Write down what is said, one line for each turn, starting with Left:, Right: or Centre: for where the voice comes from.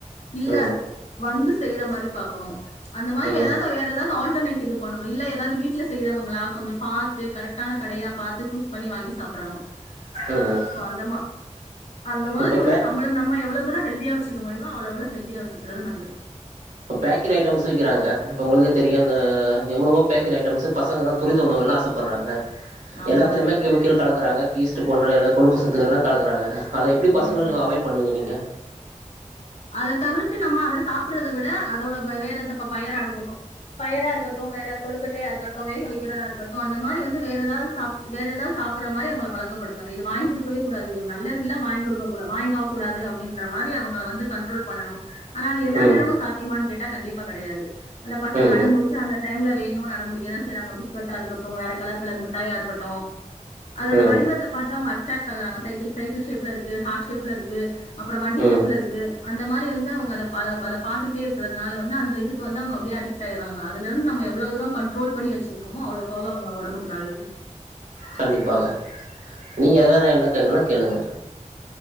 Left: இல்ல
Right: ம்
Left: வந்து செய்ற மாரி பாக்கணு அந்த மாரி
Right: ம்
Left: வேற எதாது வேற ஏதாவது ஆல்டர்னேட் இது பண்ணணும் இல்ல ஏதாவது வீட்ல செய்ய ரவங்களா கொஞ்சம் பாத்து கரெக்டான கடையா பாத்து சூஸ் பண்ணி வாங்கி சாப்டணும்
Right: ம்
Left: சோ அந்தம்மா அந்த மாதிரி
Right: இப்ப
Left: வந்து
Right: பே
Left: நம்மல நம்ம எவ்ளோ தூர ஹெல்தியா வச்சுக்க முடியுமோ அவ்ளோ அவ்ளோ ஹெல்தியா வச்சுக்கிறது நல்லது
Right: இப்ப பேக்கெட் ஐட்டம்ஸ் விக்கிறங்க இப்ப உங்களுக்கே தெரியும் இந்த எவ்ளவோ பேக்கட் ஐட்டம்ஸ் பசங்கல்லா தான் துரித உணவுகல்லாம் ஆசைப்படுறாங்க
Left: ஆமா.
Right: எல்லாத்துலயுமே கெமிக்கல் கலக்குறாங்க ஈஸ்ட் போன்ற எல்லா கொழுப்பு சத்துக்கல்லாம் கலக்குறாங்க அத எப்டி பசங்களுக்
Left: ம்.
Right: நீங்க அவாய்ட் பண்ணுவீங்க நீங்க
Left: அதை தவிர்த்து நம்ம அதை சாப்டுறத விட அதோட வேற எந்த பயரா இருகட்டும் பயரா இருக்கட்டு வேற கொழுக்கட்டையா இருக்கட்டு வேக வைக்கிறதா இருக்கட்டு அந்த மாரி வந்து வேறஎதாது சாப் வேற ஏதாவுது சாப்ட் சாப்டற மாரி அவங்கள பழக்கப்படுத்னும் இது வாங்கி கொடுக்கவே கூடாது இது நல்லது இல்ல வாங்கிக்குடுக்க கூடா வாய்ங்கக் கூடாது அப்டின்ற மாரி இது அவங்கள வந்து கண்ட்ரோல் பண்ணணும் ஆனா அது எல்லா
Right: ம்
Left: நேரமும் சாத்தியமானு கேட்டா கண்டிப்பா கிடையாது அது பசங்க
Right: ம்
Left: அடம்புடுச்சு அந்த டை டைம்ல வேணும் அடம்புடிக்க தான் செய்றாங்க பிஸ்கட்டா இருக்கட்டும் வேற கலர் கலர் மிட்டாயா இருக்கட்டும் அதோட
Right: ம்
Left: வடிவத்தை பாத்த அவங்க அட்ராக்ட் ஆகுறாங்க சைக்கிள் சைக்கிள் ஷேப்ல இருக்கு ஹார்ட் ஷேப்ல இருக்கு அப்பறம் வண்டி சேப்ல
Right: ம்
Left: இருக்கு அந்த மாரி வந்து அவுங்க அத அத பாத்துக்கிட்டே இருக்கறதுனால வந்து அந்த இதுக்கு வந்து அவுங்க அப்படியே அடிக்ட் ஆயிடுட்ராங்க அதல இருந்து நம் ம எவ்ளோ தூரம் கண்ட்ரோல் பண்ணி வச்சிருக்கமோ அவ்ளோக் அவளோ அவுங்கள வொடம்புக்கு நல்லது
Right: கண்டிப்பாக நீங்க எதா வேற என்ட்ட கேக்கனுன்னா கேளுங்க